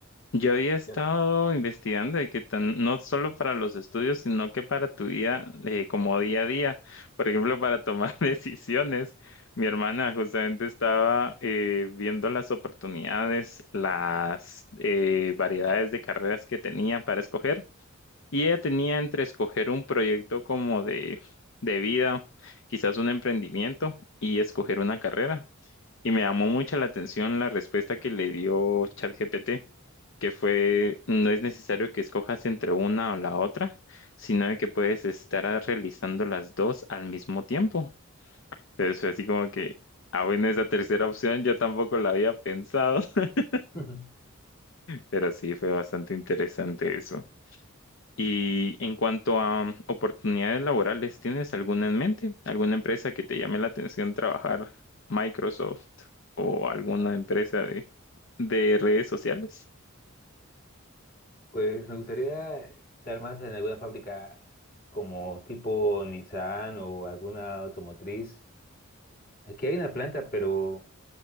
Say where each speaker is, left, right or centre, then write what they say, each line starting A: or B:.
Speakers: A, on the left (about 60°); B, on the left (about 45°).
A: Yo había estado
B: Ya.
A: investigando de que tan- no solo para los estudios, sino que para tu vida eh, como día a día. Por ejemplo, para tomar <laughs> decisiones. Mi hermana justamente estaba eh, viendo las oportunidades, las eh, variedades de carreras que tenía para escoger. Y ella tenía entre escoger un proyecto como de, de vida, quizás un emprendimiento, y escoger una carrera. Y me llamó mucho la atención la respuesta que le dio ChatGPT, que fue, no es necesario que escojas entre una o la otra, sino de que puedes estar a- realizando las dos al mismo tiempo. Entonces fue así como que, ah, bueno, esa tercera opción yo tampoco la había pensado, <laughs>
B: <laughs>
A: pero sí fue bastante interesante eso. Y en cuanto a mm, oportunidades laborales, ¿tienes alguna en mente? ¿Alguna empresa que te llame la atención trabajar Microsoft o alguna empresa de, de redes sociales?
B: Pues me gustaría estar más en alguna fábrica como tipo Nissan o alguna automotriz. Aquí hay una planta, pero